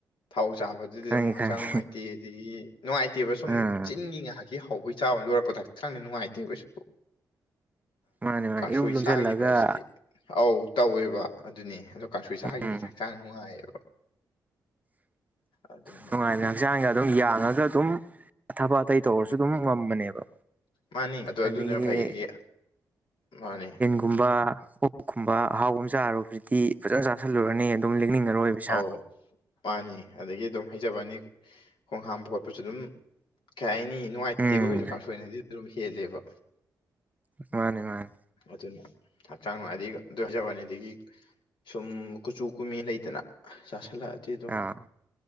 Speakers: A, on the left; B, on the right.
A: ꯊꯥꯎ ꯆꯥꯕꯗꯨꯗꯤ
B: ꯈꯪꯉꯤ
A: ꯑꯗꯨꯝ
B: ꯈꯪꯉꯤ
A: ꯇꯦ ꯑꯗꯒꯤ ꯅꯨꯡꯉꯥꯏꯇꯦꯕ ꯁꯨꯝ
B: ꯎꯝ
A: ꯆꯤꯟꯒꯤ ꯉꯥꯏꯍꯥꯛꯀꯤ ꯍꯧꯕꯒꯤ ꯆꯥꯕ ꯂꯣꯏꯔꯛꯄꯗ ꯍꯛꯆꯥꯡꯗ ꯅꯨꯡꯉꯥꯏꯇꯦꯕ ꯀꯩꯁꯨ
B: ꯃꯥꯅꯦ ꯃꯥꯅꯦ
A: ꯀꯥꯡꯁꯣꯏ
B: ꯏꯔꯨꯝ ꯂꯨꯝꯁꯤꯜꯂꯒ
A: ꯁꯥꯈꯤꯕ ꯑꯁꯤꯗꯤ ꯑꯧ ꯇꯧꯋꯦꯕ ꯑꯗꯨꯅꯦ ꯑꯗꯣ ꯀꯥꯡꯁꯣꯏ ꯆꯥꯈꯤꯕꯁꯤꯗꯤ
B: ꯎꯝ
A: ꯍꯛꯆꯥꯡ ꯅꯨꯡꯉꯥꯏꯌꯦꯕ ꯑꯗꯨꯅ
B: ꯅꯨꯡꯉꯥꯏꯕ ꯍꯛꯆꯥꯡꯗ ꯑꯗꯨꯝ ꯌꯥꯡꯉꯒ ꯑꯗꯨꯝ ꯊꯕꯛ ꯑꯇꯩ ꯇꯧꯔꯁꯨ
A: ꯎꯝ
B: ꯑꯗꯨꯝ ꯉꯝꯕꯅꯦꯕ
A: ꯃꯥꯅꯤ ꯑꯗꯨ
B: ꯑꯗꯒꯤꯗꯤ
A: ꯑꯗꯨꯗꯨꯅ ꯐꯩ ꯑꯗꯒꯤ ꯃꯥꯅꯤ
B: ꯒꯨꯝꯕ ꯑꯣꯛꯀꯨꯝꯕ ꯑꯍꯥꯎꯒꯨꯝꯕ ꯆꯥꯔꯨꯕꯁꯤꯗꯤ ꯐꯖꯅ ꯆꯥꯥꯁꯜꯂꯨꯔꯅꯤ ꯑꯗꯨꯝ ꯂꯦꯡꯅꯤꯡꯉꯔꯣꯏꯕ ꯏꯁꯥꯗꯣ
A: ꯑꯧ ꯃꯥꯅꯤ ꯑꯗꯒꯤ ꯑꯗꯨꯝ ꯍꯥꯏꯖꯕ ꯋꯥꯅꯤ ꯈꯣꯡ ꯍꯥꯥꯝꯕ ꯈꯣꯠꯄꯁꯨ ꯑꯗꯨꯝ ꯀꯩ ꯍꯥꯏꯅꯤ ꯅꯨꯡꯉꯥꯏꯇꯦꯕ
B: ꯎꯝ
A: ꯀꯩꯁꯨ ꯀꯥꯡꯁꯣꯏꯅꯗꯤ ꯑꯗꯨ ꯑꯗꯨꯝ ꯍꯦꯜꯂꯦꯕ
B: ꯃꯥꯅꯦ ꯃꯥꯅꯦ
A: ꯑꯗꯨꯅꯤ ꯍꯛꯆꯥꯡ ꯅꯨꯡꯥꯏꯗꯒꯤ ꯑꯗꯨ ꯍꯥꯏꯖꯕꯅꯤ ꯑꯗꯒꯤ ꯁꯨꯝ ꯀꯨꯆꯨ ꯀꯨꯃꯦꯟ ꯂꯩꯗꯅ ꯆꯥꯥꯁꯜꯂꯛꯑꯗꯤ ꯑꯗꯨꯝ
B: ꯑꯥ